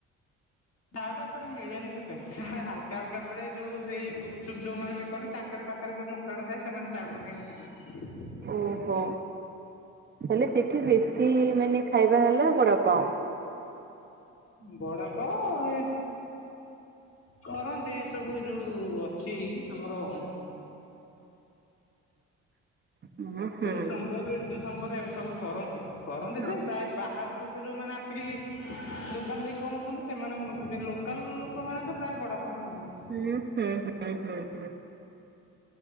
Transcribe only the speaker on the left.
ତାଟା ଏପଟେ ମିଳେନି ସେତେ ହାଲକା ହାଲକା ମିଳେ ଯୋଉ ସେଇ ଗୁପୁପ୍ ଯୋଉମାନୋନ ବିକନ୍ତି ତାଙ୍କରି ପାଖରେ ଯୋଉ <unintelligible> ଥାଏ ସେମାନେ ଚାଟ ବନେଇକି ବିକି ଦିଅନ୍ତି।
ବଡାପାଓ ଏ କରନ୍ତି ଏ ସବୁ ଯୋଉ ଅଛି ଆମର
ପୁରୀ ସମ୍ବର ଇଡଲି ସମ୍ବର ଏବେ ସବୁ କରନ୍ତି କରନ୍ତି। କରନ୍ତି ଯେ
ପ୍ରାୟ ବାହାରୁ ଲୋକ ଯେଉଁମାନେ ଆସିକି ଦୋକାନ ଦେଇକି ବନଉଚନ୍ତି ସେମାନେ ବେନୋଉଚନ୍ତି ଲୋକାଲ ଲୋକମାନୋନେ ତ ପ୍ରାୟ ବଡ ପଣ ହ ବନାଉଚନ୍ତି।